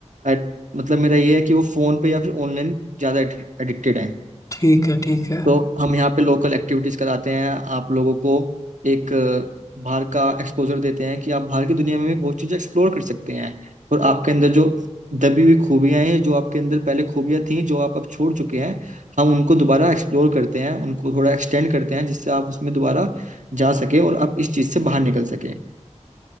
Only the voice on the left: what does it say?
ठीक है ठीक है